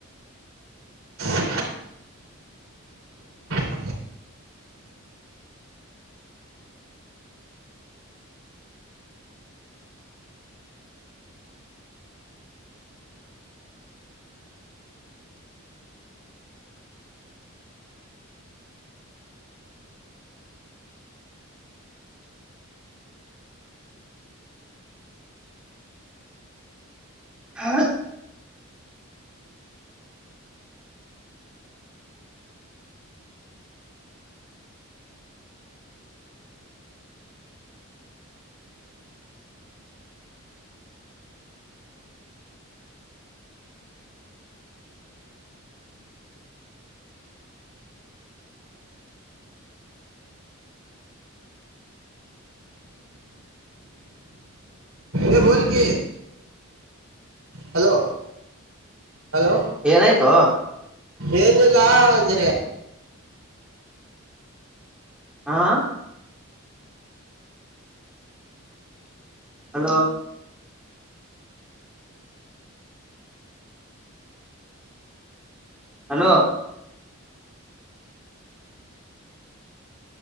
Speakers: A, on the right; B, in the centre.
A: ಅ ಹ
B: ಹಾ
A: ಯ ಬೋಲ್ಕ ಹಲೋ ಹಲೋ
B: ಏನಾಯ್ತೋ
A: ಏಾಚರಿ
B: ಹಾಂ ಹಲೋ ಹಲೋ